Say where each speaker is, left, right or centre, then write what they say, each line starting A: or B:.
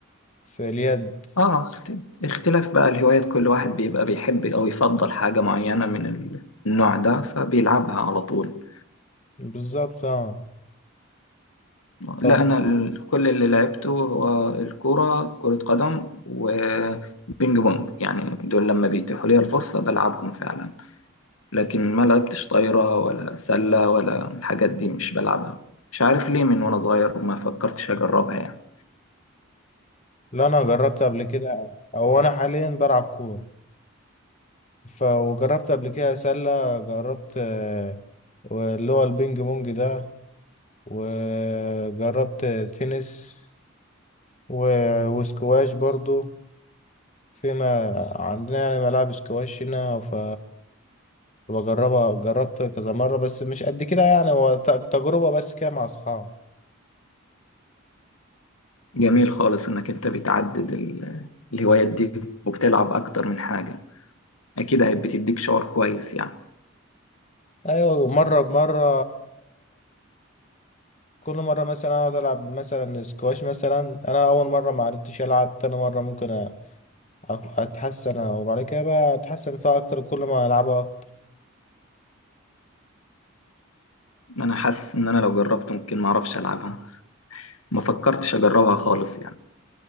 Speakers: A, on the left; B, on the left.
A: في اليد
B: اه اخت- اختلاف بقى الهوايات كل واحد بيبقى بيحب او يفضل حاجة معينة من ال- النوع ده فبيلعبها على طول
A: بالظبط اه طب
B: لا انا ال- كل اللي لعبته هو الكرة كرة قدم وبينج بونج يعني دول لما بيتيحوا لي الفرصة بلعبهم فعلا لكن ما لعبتش طايرة ولا سلة ولا الحاجات دي مش بلعبها مش عارف ليه من وانا صغير وما فكرتش اجربها يعني
A: لا أنا جربت قبل كده أو أنا حاليا بلعب كورة ف وجربت قبل كده سلة جربت آه، اللي هو البينج بونج ده وجربت تنس و- وسكواش برضو فيما عندنا يعني ملاعب سكواش هنا ف بجربها جربت كذا مرة بس مش قد كده يعني هو ت- تجربة بس كده مع أصحابي
B: جميل خالص انك انت بتعدد ال- الهوايات دي وبتلعب اكتر من حاجة اكيد هي بتديك شعور كويس يعني
A: أيوة مرة بمرة كل مرة مثلا أقعد ألعب مثلا سكواش مثلا أنا أول مرة معرفتش ألعب تاني مرة ممكن أك- اتحسن وبعد كده بقى اتحسن فيها اكتر كل ما العبها اكتر
B: انا حاسس ان انا لو جربت ممكن ما اعرفش العبها ما فكرتش اجربها خالص يعني